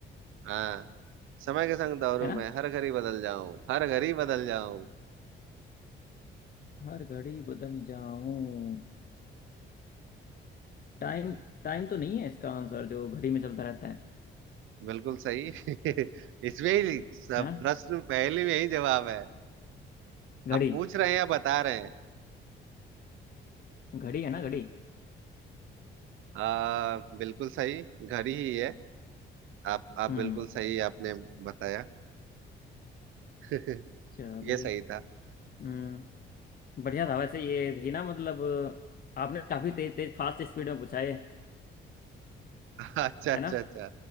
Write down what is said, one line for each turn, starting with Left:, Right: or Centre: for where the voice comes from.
Right: हाँ समय के संग दौड़ूं
Left: है ना
Right: मैं हर घड़ी बदल जाऊं हर घड़ी बदल जाऊं
Left: हर घड़ी बदल जाऊं टाइम टाइम तो नहीं है इसका आंसर जो घड़ी में चलता रहता है
Right: बिल्कुल सही <laughs> इसमें ही सब
Left: हाँ
Right: प्रश्न पहेली में ही जवाब है
Left: घड़ी
Right: आप पूछ रहे हैं या बता रहे हैं
Left: घड़ी है ना घड़ी
Right: आ, बिल्कुल सही घर ही है आप आप
Left: हम्म
Right: बिल्कुल सही आपने बताया <laughs>
Left: चलिए
Right: ये सही था
Left: हम्म बढ़िया था वैसे ये भी ना मतलब आपने काफी तेज तेज फास्ट स्पीड में पूछा ये
Right: <laughs> अच्छा अच्छा
Left: है ना
Right: अच्छा